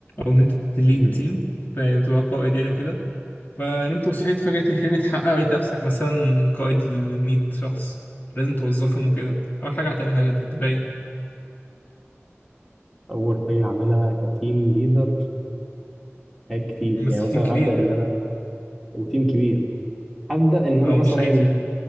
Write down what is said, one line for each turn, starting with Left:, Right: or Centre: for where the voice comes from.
Left: او ان انت تليد
Centre: مهم.
Left: تيم فبتبقى قائد يعني وكده فنمت وصحيت فجأة الحلم اتحقق ولقيت نفسك مثلا قائد لمية شخص لازم توظفهم وكده أول حاجة هتعملها جدا هتبقى إيه؟
Centre: اول حاجه هعملها كتيم ليدر حاجات كتير
Left: ممثل
Centre: يعني مثلا
Left: تيم كبير
Centre: هبدا ان انا وتيم كبير هبدا ان انا
Left: أو
Centre: مثلا
Left: مش أي تيم